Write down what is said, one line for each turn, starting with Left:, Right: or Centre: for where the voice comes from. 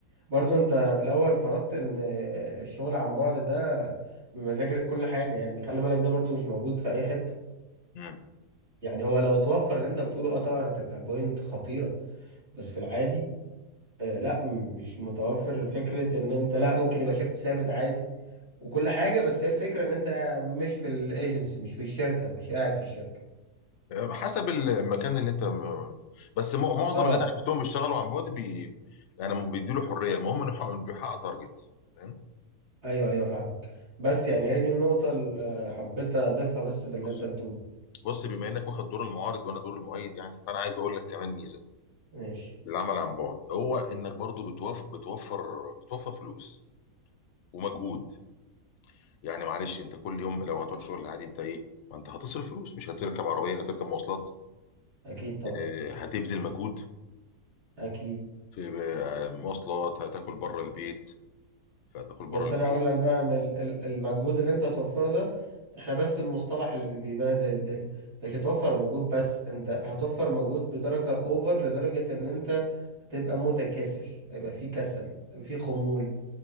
Right: برضو انت في الاول فرضت ان الشغل عن بعد ده بمزاجك كل حاجة يعني خلي بالك ده برضو مش موجود في اي حتة
Left: مم.
Right: يعني هو لو توفر اللي انت بتقوله اه طبعا هتبقى بوينت خطيرة بس في العادي آه لا م- مش متوفر فكرة ان انت لا ممكن يبقى شيفت ثابت عادي وكل حاجة بس هي الفكرة ان انت مش في الايجنسي مش في الشركة مش قاعد في الشركة
Left: آه، حسب المكان اللي أنت بس م- معظم
Right: اه
Left: اللي أنا عرفتهم بيشتغلوا عن بعد بي... يعني بيديله حرية المهم إنه يحقق- بيحقق تارجت فاهم
Right: ايوه ايوه فاهمك بس يعني هي دي النقطة اللي حبيت اضيفها بس في اللي
Left: بص
Right: انت بتقوله
Left: بص بما إنك واخد دور المعارض وأنا دور المؤيد يعني فأنا عايز أقول لك كمان ميزة
Right: ماشي
Left: للعمل عن بعد هو إنك برضو بتوف... بتوفر بتوفر فلوس ومجهود يعني معلش أنت كل يوم لو هتروح شغل عادي أنت إيه ما أنت هتصرف فلوس مش هتركب عربية هتركب مواصلات
Right: اكيد طبعا
Left: آه، هتبذل مجهود
Right: اكيد
Left: في ب- مواصلات هتاكل بره البيت فهتاكل بره
Right: بس
Left: البيت
Right: انا هقول لك بقى ان ال- ال- المجهود اللي انت هتوفره ده احنا بس المصطلح اللي بيبهدل الدنيا انت مش هتوفر مجهود بس انت هتوفر مجهود بدرجة اوفر لدرجة ان انت هتبقى متكاسل هيبقى في كسل في خمول